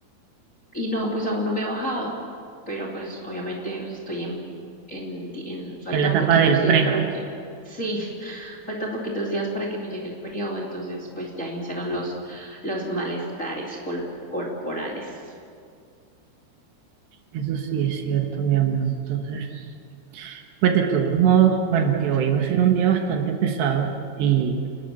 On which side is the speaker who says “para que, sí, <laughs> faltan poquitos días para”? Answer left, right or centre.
Left